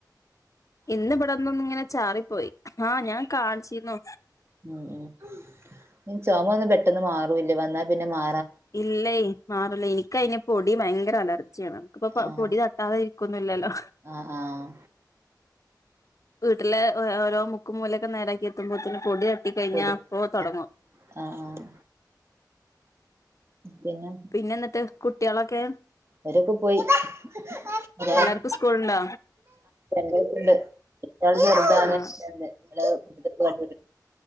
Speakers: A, on the left; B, on the right.
A: ഇന്നിവടെ ഒന്നൊന്ന്ങ്ങനെ ചാറിപ്പോയി ആഹ് ഞാൻ കാണ്ച്ചീരുന്നു
B: ഉം ഉം ഈ ചൊമൊന്നും പെട്ടെന്ന് മാറൂല്ലാ വന്നാ പിന്നെ മാ
A: ഇല്ലേ മാറൂല്ല ഇന്ക്കയിന് പൊടി ഭയങ്കര അലർ ജിയാണ് നമ്മക്ക്പ്പം പ
B: ആഹ്
A: പൊടി തട്ടാതെ ഇരിക്കൊന്നുല്ലല്ലോ
B: ആഹ് ആഹ്
A: വീട്ട്ലെ ഓ ഓ ഓരോ മുക്കും മൂലെക്കെ നേരാക്കി എത്തുമ്പോത്തിനും പൊടിയട്ടി കഴിഞ്ഞാ
B: കൂടി
A: അപ്പോ തൊടങ്ങും
B: ആഹ് ആഹ് പിന്നെ
A: പിന്നെന്ന്ട്ട് കുട്ട്യാളൊക്കെ
B: അവരൊക്കെ പോയി <unintelligible> ആഹ്
A: എല്ലാർക്കും സ്കൂളുണ്ടോ
B: രണ്ടായിട്ടുണ്ട് <unintelligible> എല്ലാരു <unintelligible>
A: ആഹ്